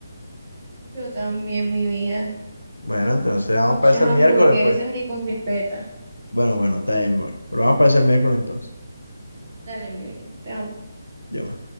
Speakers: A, on the right; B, on the left.
A: Yo también, mi vida.
B: Bueno, entonces vamos
A: Muchas
B: para eso el
A: hamburguesas
B: miércoles, pues.
A: y con crispetas.
B: Bueno, bueno, está bien, bueno. Pero vamos para eso el miércoles entonces.
A: Dale, mi vida. Te amo.
B: Yo,